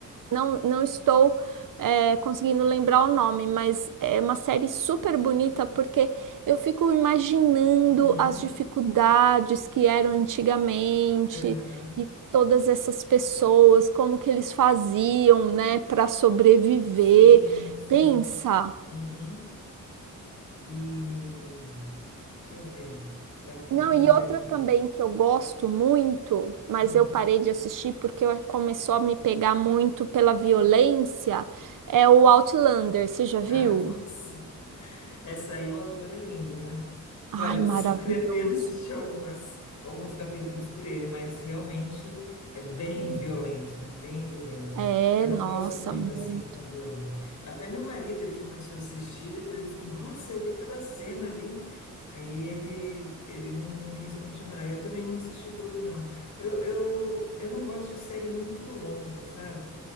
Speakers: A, on the right; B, on the left.
A: Não, não estou é, conseguindo lembrar o nome, mas é uma série super bonita porque eu fico imaginando
B: Uhum,
A: as dificuldades que eram antigamente
B: aham.
A: e todas essas pessoas, como que eles faziam, né, para sobreviver.
B: Sim, sim.
A: Pensa.
B: Uhum. E deixa eu ver. Estava procurando
A: Não, e outra
B: aqui.
A: também que eu gosto muito, mas
B: Hum.
A: eu parei de assistir porque eu- começou a me pegar muito pela violência, é o Outlander. Você já viu?
B: Ah, <laughs> nossa. Essa aí o autor é lindo, né?
A: Ai,
B: Vale,
A: maravilhoso.
B: <laughs> vale a pena assistir algumas, alguns capítulos por ele, mas realmente é bem violento, né? Bem violento.
A: É,
B: Eu não
A: nossa,
B: gosto muito,
A: muito.
B: assim, quando... Até meu marido, ele começou a assistir, depois ele falou, nossa, eu vi cada cena ali. Aí ele, ele não, não quis continuar. Eu também não assisti tudo, não. Eu, eu, eu não gosto de série muito longa, sabe?